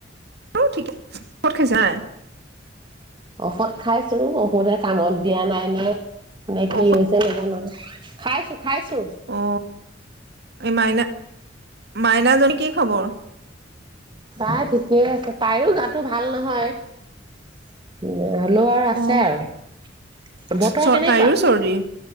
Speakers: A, on the right; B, on the right.
A: অ', ঠিকে <unintelligible> খাইছা।
B: ঔষধ খাইছো, ঔষধে কামত দিয়া নাই নে নে কি
A: ঔষধ
B: হৈছে নাজানো আ খাইছো। খাইছোঁ।
A: অ এই মাইনা, মাইনাজনীৰ কি খবৰ?
B: তাই ঠিকেই আছে, তাইৰো গাটো ভাল নহয়। হ'লেও আৰ আছে
A: অ
B: আৰু। বতৰ
A: চৰ
B: কেনেকুৱা,
A: তাইৰো চৰ্দি